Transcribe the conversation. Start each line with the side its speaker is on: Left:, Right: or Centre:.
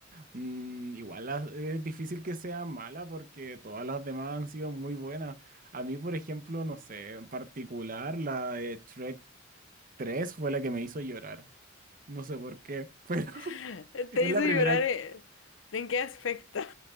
Right: Mm, igual la- es difícil que sea mala porque todas las demás han sido muy buenas. A mí, por ejemplo, no sé, en particular la de Trek 3 fue la que me hizo llorar. No sé por qué, pero
Left: <laughs>
Right: <laughs> es
Left: Te
Right: la
Left: hizo
Right: primera
Left: llorar, eh, ¿En qué aspecto? <laughs>